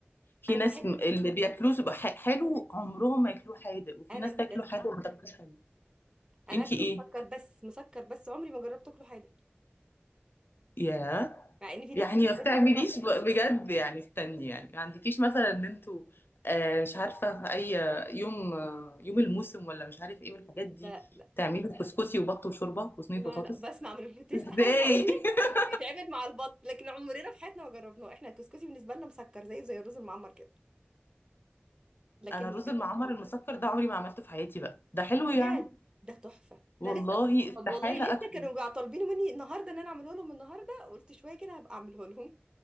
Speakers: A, on the left (about 60°); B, on the right (about 20°).
A: في
B: انا
A: ناس
B: بحب
A: م- اللي بياكلوه بيبقى ح- حلو عمرهم ما ياكلوه حادق وفي
B: انا
A: ناس
B: من
A: تاكله
B: الناس دي
A: حادق وما تاكلوش حلو
B: انا
A: انتي
B: اكله
A: ايه
B: مسكر بس مسكر بس عمري ما جربت اكله حادق
A: يا
B: مع ان في
A: يعني
B: ناس تقول لك
A: ما بتعمليش
B: ده تحفه
A: ب- بجد يعني استني يعني ما عندكيش مثلا ان انتوا آه مش عارفة في اي يوم آه يوم الموسم ولا مش عارف ايه والحاجات دي
B: لا
A: تعملوا كسكسي وبط وشوربة وصينية
B: لا
A: بطاطس
B: لا بسمع من البلوتيست
A: ازاي
B: حالا هقول لك
A: <laughs>
B: انه يتعمل مع البط لكن عمرنا في حياتنا ما جربناه احنا الكسكسي بالنسبه لنا مسكر زيه زي الرز المعمر كده لكن
A: انا الرز
B: ما
A: المعمر
B: جربتيه
A: المسكر ده عمري ما عملته في حياتي بقى ده حلو يعني
B: بجد ده تحفه ده
A: والله
B: لسه
A: استحالة
B: طب والله لسه
A: اكله
B: كانوا بقى طالبينه مني النهارده ان انا اعمله لهم النهارده قلت شويه كده هبقى اعمله لهم